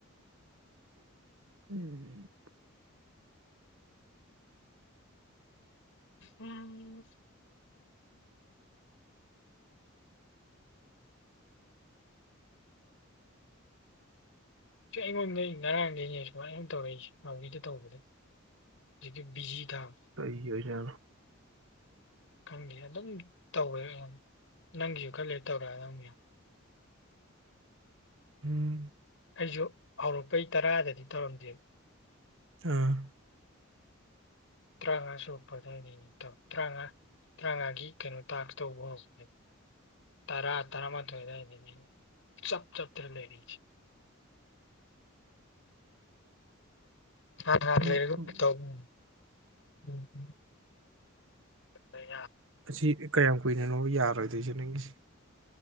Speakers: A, on the right; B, on the left.
A: ꯎꯝ
B: ꯎꯝ ꯁꯤ ꯑꯩꯉꯣꯟꯗꯩ ꯉꯔꯥꯡꯗꯩꯅꯦ ꯁꯨꯃꯥꯏꯅ ꯁꯨꯝ ꯇꯧꯔꯛꯏꯖꯦ ꯅꯥꯎꯕꯤꯗ ꯇꯧꯕꯗꯣ ꯖꯤꯛꯀꯤ ꯕꯤꯖꯤ ꯗ
A: ꯀꯩꯒꯤ ꯑꯣꯏ ꯖꯠꯅꯣ
B: ꯈꯪꯗꯦ ꯑꯗꯨꯝ ꯇꯧꯋꯦ ꯅꯪꯒꯤꯖꯨ ꯈꯔ ꯂꯩꯔ ꯇꯧꯔꯛ ꯑꯗꯝꯅꯦ ꯌꯦꯡꯉꯣ
A: ꯎꯝ
B: ꯑꯩꯖꯨ ꯍꯧꯔꯛꯄꯩ ꯇꯔꯥꯗꯗꯤ ꯇꯧꯔꯝꯗꯦꯕ
A: ꯑꯥ
B: ꯇ꯭ꯔꯥꯉ ꯁꯨꯔꯛꯄ ꯑꯗꯥꯏꯗꯩ ꯑꯗꯨꯝ ꯇꯧ ꯇ꯭ꯔꯥꯉ ꯇꯔꯥꯉꯒꯤ ꯀꯩꯅꯣ ꯇꯥꯛꯁ ꯇꯧꯕ ꯍꯧꯔꯛꯄꯗꯩ ꯇꯔꯥ ꯇꯔꯥ ꯃꯊꯣꯏ ꯑꯗꯥꯏꯗꯩꯅꯦ ꯆꯞ ꯆꯞꯇꯅ ꯂꯩꯔꯤꯖꯦ <unintelligible>
A: ꯎꯝ ꯑꯁꯤ ꯀꯌꯥꯝ ꯀꯨꯏꯅꯅꯣꯕ ꯌꯥꯔꯣꯏꯗꯣꯏꯖꯦ ꯅꯪꯒꯤꯖꯤ